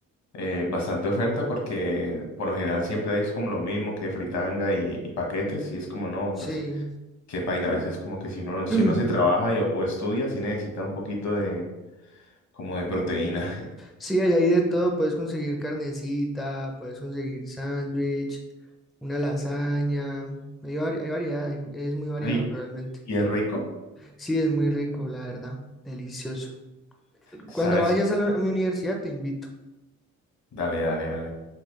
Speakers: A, on the left; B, in the centre.
A: eh, bastante oferta porque por lo general siempre hay como lo mismo que fritanga y, y paquetes y es como no,
B: Sí.
A: pues qué paila, a veces como que si uno, si
B: <clears throat>
A: uno se trabaja y- o estudia, sí necesita un poquito de como de proteína.
B: Sí, hay ahí de todo, puedes conseguir carnecita, puedes conseguir sándwich, una lasaña, hay, vari- hay variedad, hay- es
A: <laughs>
B: muy variado
A: Ay,
B: realmente.
A: Y es rico,
B: Sí, es muy rico, la verdad, delicioso.
A: ¿sabes?
B: Cuando vayas a, la- a mi universidad te invito,
A: Dale, dale, dale.